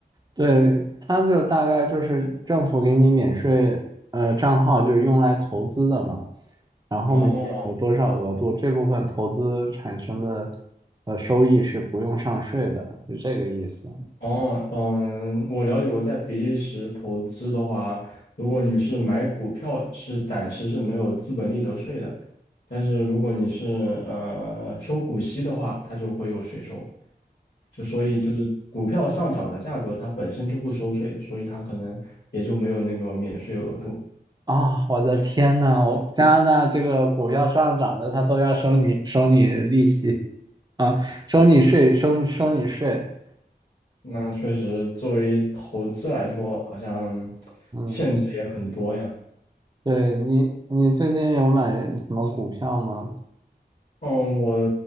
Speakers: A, on the right (about 25°); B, on the left (about 75°).
A: 对，它就大概就是政府给你免税，呃，账号就是用来投资的嘛，然后每年有多少额度，
B: 哦，
A: 这部分投资产生的呃收益是不用上税的，是这个意思
B: 哦，嗯，我了解过，在比利时投资的话，如果你是买股票，是暂时是没有资本利得税的，但是如果你是呃收股息的话，它就会有税收。就所以就是股票上涨的价格，它本身就不收税，所以它可能也就没有那个免税额度。
A: 啊，我的天呐，我加拿大这个股票上涨的，它都要收你收你利息啊，收你税，收收你税。
B: 那确实，作为投资来说，好像
A: 嗯，
B: 限制也很多呀。
A: 对你，你最近有买什么股票吗？
B: 嗯，我